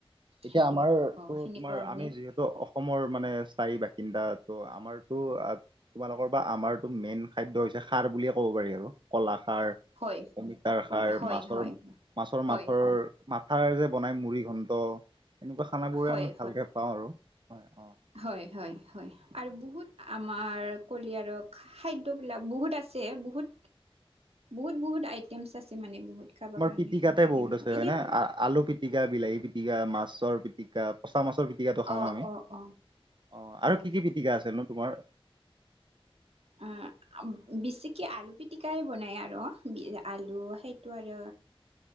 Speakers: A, on the right (about 50°); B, on the right (about 90°).
A: এতিয়া
B: সেইটোৱে
A: আমাৰ
B: অ
A: তো
B: সেনেকুৱা
A: তোমাৰ
B: মানে
A: আমি যিহেতু ত অসমৰ মানে স্থায়ী বাসিন্দা ত' আমাৰতো তোমালোকৰ বা আমাৰতো মেইন খাদ্য হৈছে খাৰ বুলিয়ে ক'ব পাৰি আৰু ক'লা খাৰ
B: হয় হয়
A: অমিতাৰ সাৰ
B: হয়
A: মাছৰ
B: হয়
A: মাছৰ
B: হয়
A: মাথৰ
B: হয়
A: মাথাৰে যে বনায় মুড়ি ঘণ্ট এনেকুৱা খানা বোৰে
B: হয়
A: আমি ভালকৈ পাওঁ আৰু হয় অঁ
B: হয় হয় হয় আৰু বহুত আমাৰ কি আৰু খাদ্য বিলাক বহুত আছে বহুত বহুত বহুত টম চাছে মানে বহুত খাব
A: আমাৰ
B: কাৰণে
A: পিটিকাতে বহুত
B: সেনেকুৱা
A: আছে হয়
B: এই
A: ন আলু পিটিকা বিলাহী পিতিকা মাছৰ পি পিটিকা পচাছৰ পিটিকাটো খাওঁ
B: অ
A: ন আমি
B: অ অ
A: অ
B: হয়
A: আৰু কি কি পিটিকা আছিল নো তোমাৰ
B: অ বেছিক আলু পিটিকাই বনায় আৰু অ বি আলু সেইটো আৰু